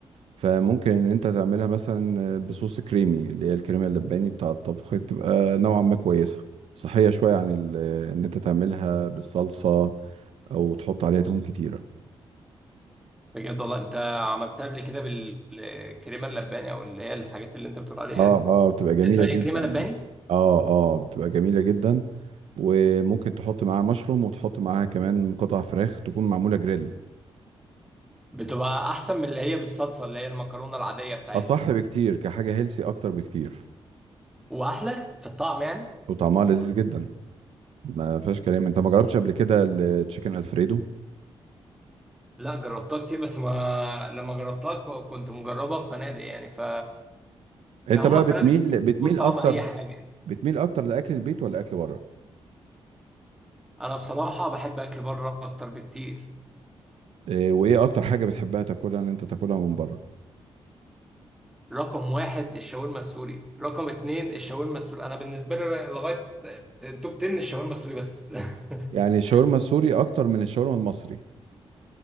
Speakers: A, on the right (about 80°); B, in the centre.
A: فممكن ان انت تعملها مثلا بصوص كريمي اللي هي الكريمه اللباني بتاع الطبخ تبقى نوعا ما كويسه صحيه شويه عن ال- آه، ان انت تعملها بالصلصه او تحط عليها دهون كتيره
B: بجد والله انت عملتها قبل كده بالكريمه اللباني او اللي هي الحاجات اللي انت بتقول عليها
A: اه
B: دي
A: اه بتبقى جميله
B: اسمها
A: جدا
B: ايه كريمه لباني
A: اه اه بتبقى جميله جدا وممكن تحط معاها مشروم وتحط معاها كمان قطع فراخ تكون معموله جريل
B: بتبقى احسن من اللي هي بالصلصه اللي هي المكرونه العاديه بتاعتنا
A: اصح
B: دي
A: بكتير كحاجه هيلسي اكتر بكتير
B: واحلى في الطعم يعني
A: وطعمها لذيذ جدا ما فيهاش كلام انت ما جربتش قبل كده التشيكن الفريدو
B: لا جربتها كتير بس ما لما جربتها ك- كنت مجربها في فنادق يعني ف كهما
A: انت بقى
B: في
A: بتميل
B: فنادق كتير
A: بتميل
B: بتظبط طعم
A: اكتر
B: اي حاجه
A: بتميل اكتر لاكل البيت ولا اكل بره
B: انا بصراحه بحب اكل بره اكتر بكتير
A: إيه وايه اكتر حاجه بتحبها تاكلها ان انت تاكلها من بره
B: رقم واحد الشاورما السوري رقم اتنين الشاورما السوري انا بالنسبه لي لغايه التوب 10 الشاورما السوري بس <laughs>
A: يعني الشاورما السوري اكتر من الشاورما المصري